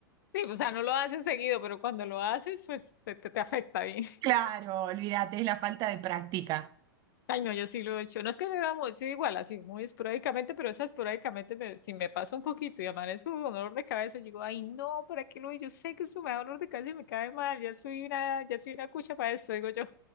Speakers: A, on the left; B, on the right.
A: Sí, o sea, no lo haces seguido, pero cuando lo haces, pues te, te, te afecta bien. <laughs>
B: Claro, olvídate, es la falta de práctica.
A: Ay, no, yo sí lo he hecho. No es que vamos, yo igual, así muy esporádicamente, pero esa esporádicamente, me- si me pasa un poquito y amanezco con dolor de cabeza, yo digo, ay, no, ¿para qué lo hice? Yo sé que esto me da dolor de cabeza y me cae mal, ya soy una, ya soy una cucha para esto, digo yo,